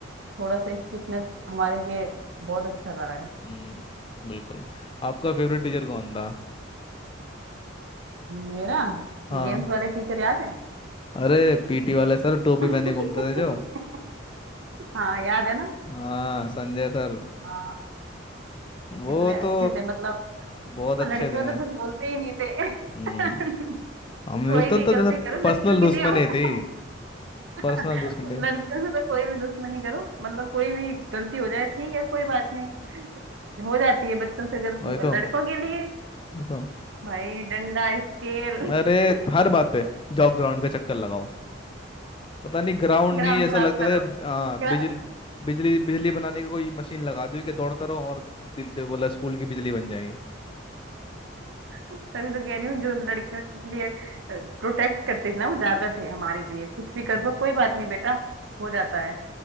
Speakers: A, on the right; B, on the left.
A: थोड़ा सा स्ट्रिक्टनेस हमारे लिए बहुत अच्छा रहा है
B: हम्म, बिल्कुल आपका फेवरेट टीचर कौन था
A: मेरा
B: हाँ
A: गेम्स वाले टीचर याद है
B: अरे पीटी वाले सर टोपी
A: <laughs>
B: पहने घूमते थे जो
A: हाँ याद है ना
B: हाँ संजय सर
A: हाँ
B: वो
A: कितने अच्छे
B: तो
A: थे मतलब
B: बहुत अच्छे
A: लड़कियों
B: थे
A: तो कुछ बोलते ही नहीं थे <laughs>
B: हम्म हम
A: कोई
B: लोग तो
A: भी
B: तो
A: गलती
B: जैसे
A: करो
B: पर्सनल
A: लड़कियों
B: दुश्मनी
A: के लिए
B: थी
A: हम लड़कियों
B: पर्सनल दुश्मन थे
A: से तो कोई भी दुश्मनी करो मतलब कोई भी गलती हो जाए ठीक है कोई बात नहीं हो जाती है बच्चों से गलती
B: वही
A: और
B: तो
A: लड़कों के लिए
B: वही तो
A: भाई डंडा स्केल
B: अरे
A: <laughs>
B: हर बात पे जाओ ग्राउंड का चक्कर लगाओ पता नहीं ग्राउंड
A: ग्राउंड
B: नहीं ऐसा
A: साफ
B: लगता
A: करो
B: था कि आ, बिजली
A: ग्रा-
B: बिजली बिजली बनाने की कोई मशीन लगा दी कि दौड़ते रहो और दिल दे बोला स्कूल की बिजली बन जाएगी
A: तभी तो कह रही हूँ जो लड़कियों के लिए प्रोटेक्ट करते थे ना वो ज्यादा थे हमारे लिए कुछ भी कर
B: हम्म,
A: लो कोई बात नहीं बेटा हो जाता है